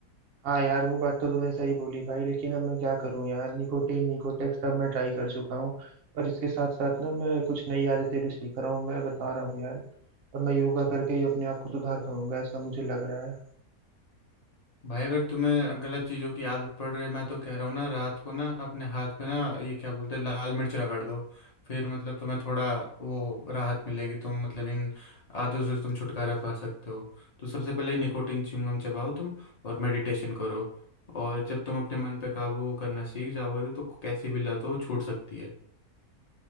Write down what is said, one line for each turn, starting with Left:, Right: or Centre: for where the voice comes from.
Right: हाँ यार वो बात तो तुमने सही बोली भाई लेकिन अब मैं क्या करूँ यार निकोटीन निकोटेक्स सब मैं ट्राई कर चुका हूँ पर इसके साथ साथ ना मैं कुछ नई आदतें भी सीख रहा हूँ मैं बता रहा हूँ यार अब मैं योगा करके ही अपने आप को सुधार पाऊंगा ऐसा मुझे लग रहा है
Left: भाई अगर तुम्हें गलत चीज़ों की आदत पड़ रही है मैं तो कह रहा हूँ ना रात को ना अपने हाथ में ना ये क्या बोलते हैं लाल मिर्च रगड़ दो फिर मतलब तुम्हें थोड़ा वो राहत मिलेगी तुम मतलब इन आदतों से तुम छुटकारा पा सकते हो तो सबसे पहले निकोटिन च्युइंगम चबाओ तुम और मेडिटेशन करो और जब तुम अपने मन पे काबू करना सीख जाओगे तो, तो कैसी भी लत हो वो छूट सकती है